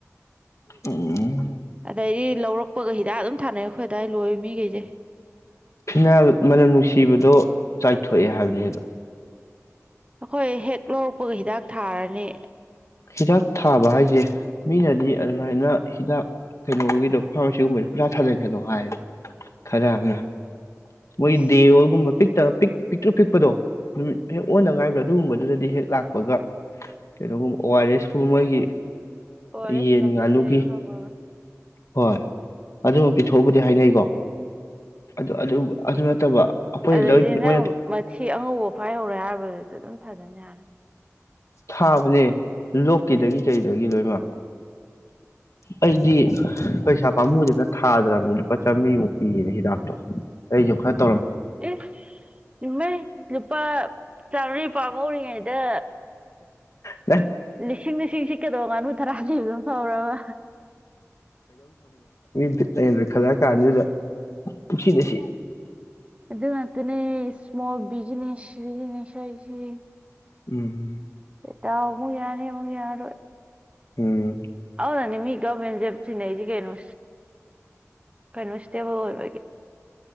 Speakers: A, on the left (about 70°); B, on the right (about 25°).
A: ꯎꯝ
B: ꯀꯗꯤ ꯂꯧꯔꯛꯄꯒ ꯍꯤꯗꯥꯛ ꯑꯗꯨꯝ ꯊꯥꯅꯩ ꯑꯩꯈꯣꯏ ꯑꯗꯥꯋꯥꯏ ꯂꯣꯏꯔ ꯃꯤ ꯀꯩꯖꯦ
A: ꯐꯤꯅꯥꯏꯜ ꯃꯅꯝ ꯅꯨꯡꯁꯤꯕꯗꯣ ꯆꯥꯏꯊꯣꯛꯑꯦ ꯍꯥꯏꯕꯅꯤ ꯑꯗꯣ
B: ꯑꯩꯈꯣꯏ ꯍꯦꯛ ꯂꯧꯔꯛꯄꯒ ꯍꯤꯗꯥꯛ ꯊꯥꯔꯅꯤ
A: ꯍꯤꯗꯥꯛ ꯊꯥꯕ ꯍꯥꯏꯁꯦ ꯃꯤꯅꯗꯤ ꯑꯗꯨꯃꯥꯏꯅ ꯍꯤꯗꯥꯛ ꯀꯩꯅꯣꯒꯤꯗꯣ ꯐꯥꯔꯃꯥꯁꯤꯒꯨꯝꯕꯁ ꯄꯨꯔꯥ ꯊꯥꯖꯤꯟ ꯀꯗꯣ ꯍꯥꯏꯌꯦꯕ ꯈꯔꯅ ꯃꯣꯏ
B: ꯑꯁ
A: ꯗꯦꯋꯒꯨꯝꯕ ꯄꯤꯛꯇ ꯄꯤꯛ ꯄꯤꯛꯇ꯭ꯔꯨ ꯄꯤꯛꯄꯗꯣ ꯅꯨꯃꯤꯠ ꯍꯦꯛ ꯑꯣꯟꯅ ꯉꯥꯏꯕ꯭ꯔꯥ ꯑꯗꯨꯒꯨꯝꯕꯗꯨꯗꯗꯤ ꯍꯦꯛ ꯂꯥꯛꯄꯒ ꯀꯩꯅꯣꯒꯨꯝꯕ ꯑꯣ ꯑꯥꯔ ꯑꯦꯁꯀꯨꯝꯕ ꯃꯣꯏꯒꯤ
B: ꯑꯣ ꯑꯥꯔ ꯑꯦꯁ
A: ꯌꯦꯟ
B: ꯑꯗꯨꯝ
A: ꯉꯥꯅꯨꯒꯤ
B: ꯄꯤꯊꯛꯑꯦ ꯑꯗꯨꯒ ꯐꯕꯅꯤ
A: ꯍꯣꯏ ꯑꯗꯨꯝ ꯄꯤꯊꯣꯛꯎꯕꯨꯗꯤ ꯍꯥꯏꯅꯩꯀꯣ ꯑꯗꯨ ꯑꯗꯨ ꯑꯗꯨ ꯅꯠꯇꯕ ꯑꯩꯈꯣꯏ
B: ꯑꯗꯨꯗꯩꯗꯤ
A: ꯂꯣꯏ
B: ꯅꯪ
A: ꯃꯣꯏꯅ
B: ꯃꯊꯤ ꯑꯉꯧꯕ ꯐꯥꯏꯍꯧꯔꯦ ꯍꯥꯏꯔꯕꯗꯨꯗ ꯑꯗꯨꯝ ꯐꯥꯗꯅ ꯌꯥꯔꯦ
A: ꯊꯥꯕꯅꯦ ꯂꯣꯛꯀꯤꯗꯒꯤ ꯀꯩꯗꯒꯤ ꯂꯣꯏꯃ ꯑꯩꯗꯤ ꯄꯩꯁꯥ ꯄꯥꯝꯃꯨꯗꯨꯅ ꯊꯥꯗ꯭ꯔꯕꯅꯤ ꯂꯨꯄꯥ ꯆꯥꯝꯔꯤꯃꯨꯛ ꯄꯤꯔꯦ ꯗꯥꯛꯇꯣ ꯀꯩ ꯌꯣꯈꯠ
B: ꯑꯦ ꯏꯃꯦ ꯂꯨꯄꯥ ꯆꯥꯃꯔꯤ ꯄꯥꯝꯍꯧꯔꯤꯉꯩꯗ
A: ꯍ
B: ꯂꯤꯁꯤꯡ ꯂꯤꯁꯤꯡ ꯁꯤꯠꯀꯗꯧꯕ ꯉꯥꯅꯨ ꯇꯔꯥꯗꯤ ꯑꯗꯨꯝ ꯐꯧꯔꯕ
A: ꯠ ꯂꯩꯗ꯭ꯔꯦ ꯈꯜꯂꯛꯑ ꯀꯥꯟꯁꯤꯗ ꯄꯨꯟꯁꯤꯗ ꯁꯤ
B: ꯑꯗꯨ ꯃꯥꯇꯅꯦ ꯏꯁꯃꯣꯜ ꯕꯤꯖꯤꯁꯖꯤꯁ ꯍꯥꯏꯁꯤ
A: ꯎꯝ ꯎꯝ
B: ꯠꯇꯥꯎ ꯑꯃ ꯌꯥꯅꯦ ꯌꯥꯅ
A: ꯎꯝ
B: ꯍꯧꯗꯅꯤ ꯃꯤ ꯧꯃꯦꯟ ꯖꯞꯁꯤ ꯅꯗꯤꯒꯦꯩꯅ ꯀꯟꯣꯁꯇꯦꯕꯜꯜ ꯑꯣꯏꯗꯤ